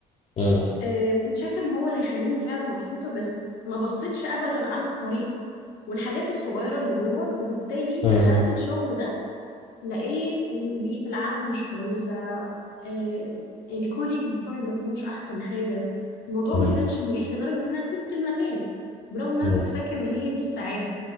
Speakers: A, on the left; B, on the left.
A: مم.
B: آه، وكنت شايفة ان هو اللي هيخليني فعلا مبسوطة بس ما بصيتش ابدا على الطريق والحاجات الصغيرة اللي جوه فبالتالي
A: مم.
B: دخلت الشغل ده لقيت ان بيئة العمل مش كويسة آه، الكوليكس بتوعي ما كانوش احسن حاجة الموضوع
A: مم.
B: ما كانش مريح لدرجة ان انا سبت المكان برغم ان انا
A: مم.
B: كنت فاكرة ان هي دي السعادة